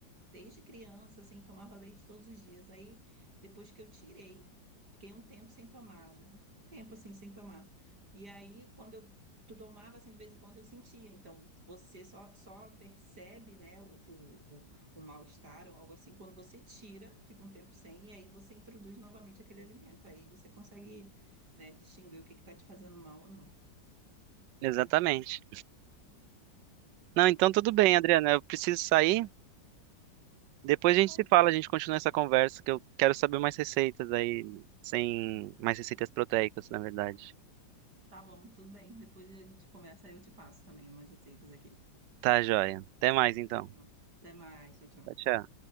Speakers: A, on the right; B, on the right.
A: Desde criança, assim, tomava leite todos os dias. Aí, depois que eu tirei, fiquei um tempo sem tomar, um tempo assim, sem tomar. E aí, quando eu tu tomava, assim, de vez em quando eu sentia. Então, você só, só percebe, né, o, o, o o mal-estar ou algo assim, quando você tira, fica um tempo sem, e aí você introduz novamente aquele alimento. Aí você consegue né? Distinguir o que que tá te fazendo mal ou não.
B: Exatamente. Não, então tudo bem,
A: Mas
B: Adriana. Eu preciso sair. Depois
A: tá
B: a gente
A: bom,
B: se fala, a gente continua essa conversa, que eu quero saber mais receitas aí, sem mais receitas proteicas, na verdade.
A: tá bom, tudo bem. Depois a gente conversa, aí eu te passo também umas receitas aqui.
B: Tá, joia. Até mais então.
A: Tá bom? Até mais, tchau, tchau.
B: Tchau, tchau.